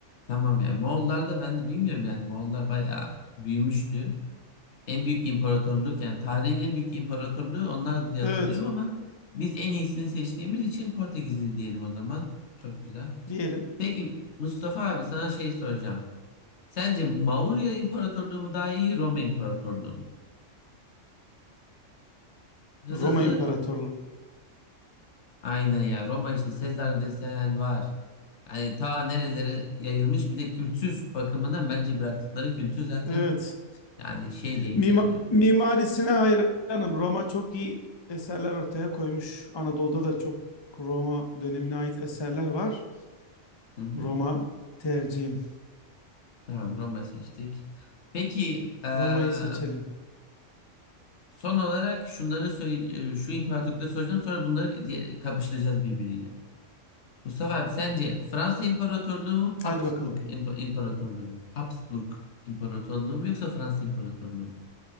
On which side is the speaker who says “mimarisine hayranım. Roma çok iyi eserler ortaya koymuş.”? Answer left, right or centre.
Left